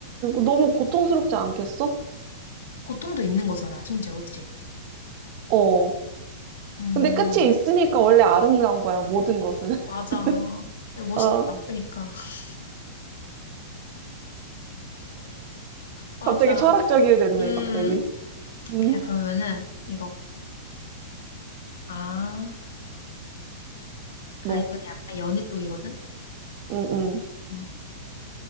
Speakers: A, on the right (about 30°); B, on the left (about 85°).
A: 너무 고통스럽지 않겠어?
B: 고통도 있는 거잖아, 심지어, 그치?
A: 어.
B: 음,
A: 근데 끝이 있으니까 원래 아름다운 거야, 모든 것은. <laughs>
B: 맞아. 멋있다.
A: 어.
B: 그니까. <laughs> 맞아.
A: 갑자기 철학적이 됐네,
B: 음.
A: 갑자기. 음.
B: 야, 그러면은 이거. 아,
A: 뭐.
B: 아 이번에 약간 연애 쪽이거든?
A: 음, 음,
B: 음.